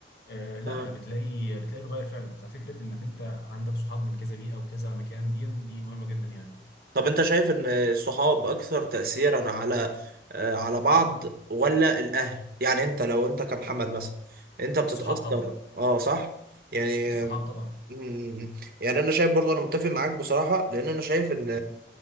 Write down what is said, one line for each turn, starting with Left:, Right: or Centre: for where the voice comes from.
Left: آه، لا
Right: آه.
Left: بتلاقي بتلاقي اتغير فعلا ففكره انك انت عندك صحاب من كذا بيئه وكذا مكان دي دي مهمه جدا يعني
Right: طب انت شايف ان الصحاب اكثر تأثيرا على آه، على بعض ولا الاهل يعني انت لو انت كمحمد مثلا انت بتتأثر
Left: الصحاب طبعا
Right: اه صح يعني
Left: الصحاب طبعا
Right: مم. يعني انا شايف برضو انا متفق معاك بصراحة لان انا شايف ان